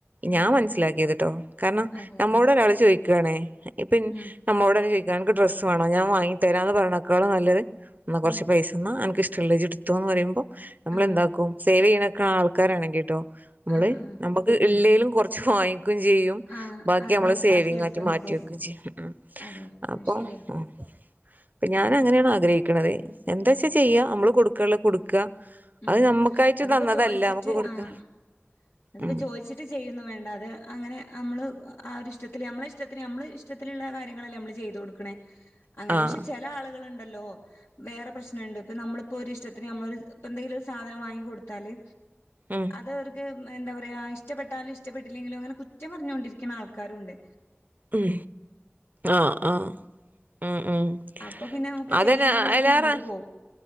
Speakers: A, on the right; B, on the left.
A: ഞാൻ
B: ആഹ്
A: മനസ്സിലാക്കിയത് ട്ടോ. അഹ്
B: അതെ
A: നമ്മോട്
B: അതെ
A: ഒരാൾ ചോയിക്കാണ് ഇപ്പോ
B: ഉം
A: നമ്മളോടെ ന്നെ ചോയിക്കാണ് നക്ക് ഡ്രസ്സ് വേണോ ഞാൻ വാങ്ങി തരാന്ന് പറയണക്കാളും നല്ലത് ന്ന കൊറച്ച്
B: ഉം
A: പൈസ. ന്നാ അനക്ക് ഇഷ്ട്ടള്ളത് ജ്ജ് ഇടുത്തോ ന്ന് പറയുമ്പോ നമ്മളെന്താക്കും
B: ആഹ്
A: സേവ് ചെയ്യ്ണ ക്കെ ആൾക്കാരണങ്കിട്ടൊ. മ്മള്
B: ആഹ് ആഹ്
A: നമുക്ക് ഇള്ളേലും കൊറച്ച് വാങ്ങിക്കും ചെയ്യും.
B: ആഹ്
A: ബാക്കി
B: അതെ
A: നമ്മള്
B: അതെ
A: സേവിങ്
B: ബാക്കി എടുത്ത്
A: ആയിട്ട്
B: വെക്കും
A: മാറ്റി വെക്ക ചെയ്യും
B: അതെ
A: ആഹ്
B: അത്
A: അപ്പൊ
B: ശരിയാ
A: ആഹ്. പ്പ ഞാൻ അങ്ങനെയാണ് ആഗ്രഹിക്കണത് എന്താ ച്ചാ ചെയ്യാ നമ്മള് കൊടുക്കള്ളെ കൊടുക്ക.
B: ഉം
A: അത് നമ്മക്കായിട്ട്
B: അതിപ്പോ
A: നന്നതല്ല
B: ചോയിച്ചിട്ട്
A: നമ്മുക്ക് കൊടുക്ക.
B: ആഹ് അതിപ്പോ
A: ഉം
B: ചോയിച്ചിട്ട് ചെയ്യൊന്നു വേണ്ട അത് അങ്ങനെ മ്മള് ആ ഒരുരിഷ്ടത്തില് നമ്മളെ ഇഷ്ടത്തിന് നമ്മള്. ഇഷ്ടത്തിലുള്ള കാര്യങ്ങളല്ലേ നമ്മള് ചെയ്ത് കൊടുക്കണേ അങ്ങനെ
A: ആഹ്
B: പക്ഷെ ചില ആളുക ഉണ്ടല്ലോ. വേറെ പ്രശ്നമുണ്ട് ഇപ്പൊ നമ്മളി ഇപ്പോ ഒരുരി ഇഷ്ടത്തിന് നമ്മള ഒരു ഇ എന്തെങ്കിലും ഒരു സാധനം വാങ്ങി കൊടുത്താല്.
A: ഉം
B: അത് അവർക്ക് എന്താ പറയാ ഇഷ്ടപ്പെട്ടാലും ഇഷ്ടപ്പെട്ടില്ലെങ്കിലും അങ്ങനെ കുറ്റം പറഞ്ഞൊണ്ടിരിക്കുന്ന ആൾക്കാരും ഉണ്ട്.
A: ഉം ആഹ് ആഹ് ആഹ് ഉം ഉം
B: അപ്പൊ പിന്നെ നമുക്ക്
A: അതന്നെ
B: ചെയ്യാനുള്ള
A: അയ്ലേറെ.
B: ഒരു മൂഡ് പോവും